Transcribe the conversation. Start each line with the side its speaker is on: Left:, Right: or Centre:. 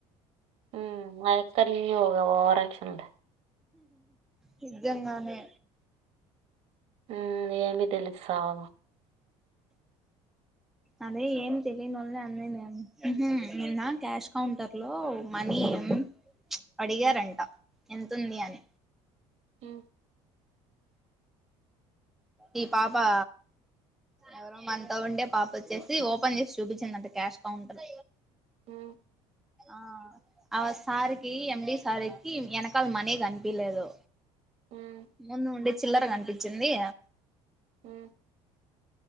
Right: మ్మ్ ఆయక్క అట్లనే వు ఓరక్షన్ంట
Centre: నిజంగానే
Right: మ్మ్ ఏమి తెలియద్ సావ
Centre: అదే ఏం తెలియని వోళ్ళలే అంది నేను నిన్న క్యాష్ కౌంటర్ లో మనీ మ్మ్ అడిగారంట
Right: మ్మ్
Centre: ఎతుంది అని
Right: ఉ
Centre: ఈ పాపా ఎవరో మన్తో ఉండే పాప వచ్చేసి ఓపెన్ చేసి చూపించిందంట క్యాష్ కౌంటర్
Right: ఉ
Centre: ఆ అ సార్కి ఎంబ సార్కి వెనకలా మనీ కనిపిలేదు
Right: మ్మ్
Centre: ముందు ఉండే చిల్లరగనిపించింది
Right: ఉ